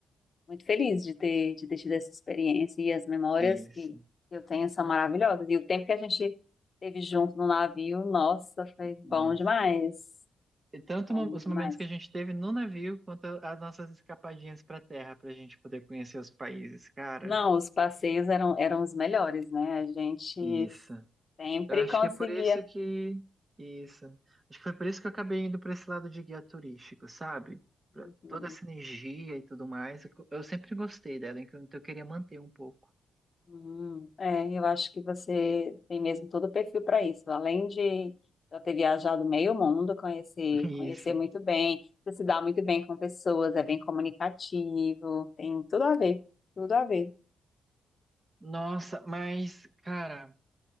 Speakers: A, on the left (about 40°); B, on the right (about 25°).
A: muito feliz de ter, de ter tido essa experiência, e as memórias
B: isso.
A: que eu tenho são maravilhosas, e o tempo que a gente teve junto no navio, nossa, foi bom
B: Nossa.
A: demais,
B: E tanto
A: bom
B: mo- os
A: demais.
B: momentos que a gente teve no navio, quanto as nossas escapadinhas para terra, para a gente poder conhecer os países, cara.
A: Não, os passeios eram, eram os melhores, né? A gente
B: Isso.
A: sempre
B: Eu acho
A: conseguia.
B: que é por isso que. Isso. Acho que foi por isso que eu acabei indo para esse lado de guia turístico, sabe? Pra
A: Uhum.
B: toda essa energia e tudo mais. Eu eu sempre gostei dela, então eu queria manter um pouco.
A: Hum, é, eu acho que você tem mesmo todo o perfil para isso. Além de já ter viajado meio mundo, conhecer,
B: <laughs>
A: conhecer
B: Isso.
A: muito bem, você se dá muito bem com pessoas, é bem comunicativo, tem tudo a ver, tudo a ver.
B: Nossa, mas, cara,